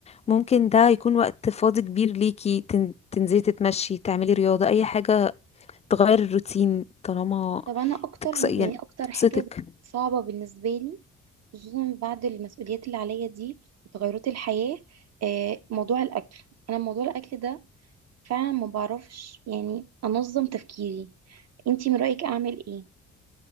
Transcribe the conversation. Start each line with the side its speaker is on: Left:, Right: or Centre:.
Left: ممكن ده يكون وقت فاضي كبير ليكي تن- تنزلي تتمشي تعملي رياضة أي حاجة تغير الروتين طالما
Right: طب انا اكتر
Left: تكس...
Right: يعني
Left: يعني
Right: اكتر
Left: تبسطك
Right: حاجه صعبه بالنسبه لي خصوصا بعد المسؤوليات اللي عليا دي وتغيرات الحياه آه، موضوع الاكل انا موضوع الاكل ده فعلا ما بعرفش يعني انظم تفكيري انتي من رايك اعمل ايه